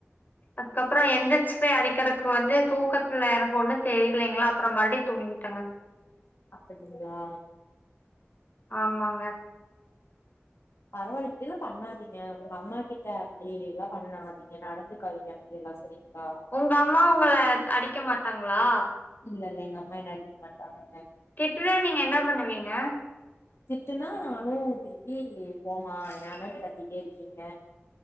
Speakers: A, on the left (about 40°); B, on the left (about 70°).
A: அதுக்கப்றோ எந்திரிச்சு போயி அடிக்கறக்கு வந்து தூக்கத்துல எனக்கு ஒண்ணு தெரியலேங்களா அப்றோ மறுபிடி தூங்கிட்டேங்க
B: அப்டிங்களா
A: ஆமாங்க
B: பரவாயில்ல இப்டில்லா பண்ணாதீங்க உங்க அம்மா கிட்ட அப்டி எல்லா பண்ணாதீங்க நடந்துக்காதீங்க எல்லா சரிங்களா
A: உங்க அம்மா உங்கள அடிக்க மாட்டாங்களா
B: இல்ல இல்ல எங்க அம்மா என்ன அடிக்க மாட்டாங்கங்க
A: திட்டுனா நீங்க என்ன பண்ணுவீங்க
B: திட்டுனா நானு திருப்பி போமா ஏமா இப்டி கத்திட்டே இருக்கீங்க